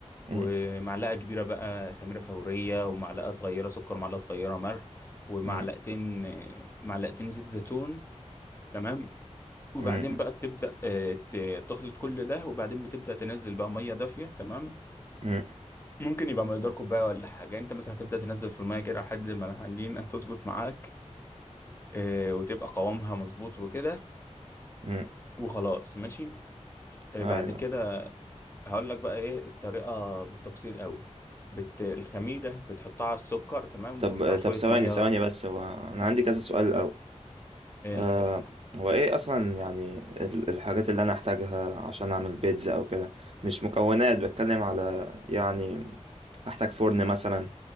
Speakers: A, on the right (about 55°); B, on the left (about 20°).
A: م-
B: ومعلقه كبيره بقى خميره فوريه ومعلقه صغيره سكر معلقه صغيره ملح ومعلقتين
A: م-
B: آه، معلقتين زيت زيتون تمام وبعدين
A: م- م-
B: بقى بتبدأ آه، ت- تخلط كل ده وبعدين بتبدأ تنزل بقى مية دافية تمام
A: م-
B: ممكن يبقى مقدار كوباية ولا حاجة انت مثلا هتبدأ تنزل في المية كده لحد ما العجينة تظبط <laughs> معاك آه، وتبقى قوامها مظبوط وكده
A: م.
B: وخلاص ماشي آه،
A: ايوه
B: بعد كده هقول لك بقى ايه الطريقة بالتفصيل قوي بت... الخميرة بتحطها على السكر تمام
A: طب
B: مع
A: طب
B: شوية
A: ثواني
B: مية
A: ثواني بس هو انا عندي كذا سؤال الاول
B: آه،
A: آه
B: الأسئلة
A: هو ايه اصلا يعني ال- الحاجات اللي انا احتاجها عشان اعمل بيتزا او كده مش مكونات بتكلم على يعني احتاج فرن مثلا